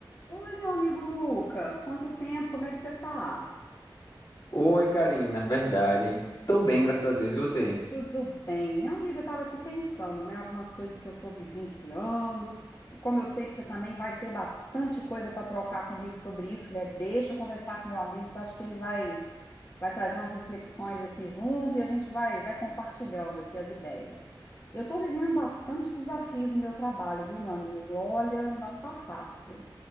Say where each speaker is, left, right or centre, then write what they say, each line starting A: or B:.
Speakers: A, on the left; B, on the left.
A: Oi, meu amigo Lucas, quanto tempo, como é que você tá?
B: Oi, Karina, verdade. Tô bem, graças a Deus. E você?
A: Tudo bem, meu amigo, eu estava aqui pensando, né, algumas coisas que eu estou vivenciando, e como eu sei que você também vai ter bastante coisa para trocar comigo sobre isso, falei, é, deixa eu conversar com meu amigo, que eu acho que ele vai, vai trazer umas reflexões aqui junto e a gente vai, vai compartilhando aqui as ideias. Eu estou vivendo bastante desafios no meu trabalho, viu, meu amigo? Olha, não tá fácil.